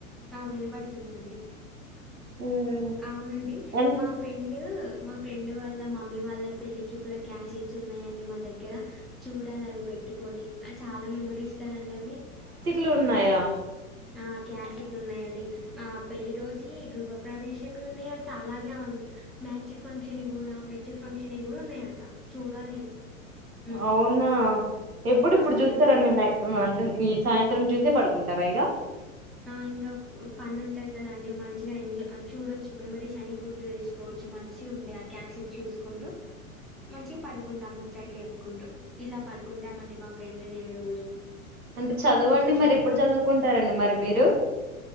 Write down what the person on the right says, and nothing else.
హ్మ్.
ఎన్
లు ఉన్నాయా
అవునా ఎప్పుడిప్పుడు
చూస్తారండి నై ఈ సాయంత్రం చూసే పడుకుంటారా ఇగా
అంటే చదవండి
మరి ఎప్పుడు చదువుకుంటారండి మరి మీరు డు